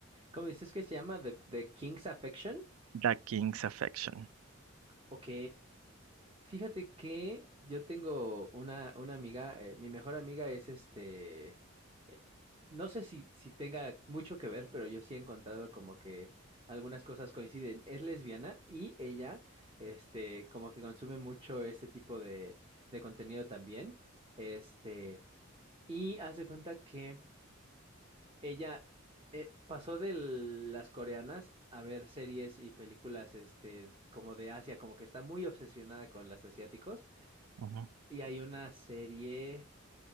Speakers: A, on the right; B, on the right.
A: ¿Cómo dices que se llama? The, The King's Affection.
B: The King's Affection.
A: Ok, fíjate que yo tengo una, una amiga, eh, mi mejor amiga es este, eh, no sé si, si tenga mucho que ver, pero yo sí he encontrado como que algunas cosas coinciden. Es lesbiana y ella, este, como que consume mucho ese tipo de, de contenido también. Este, y haz de cuenta que ella eh, pasó de las coreanas a ver series y películas este, como de Asia, como que está muy obsesionada con las asiáticos.
B: Ujú.
A: Y hay una serie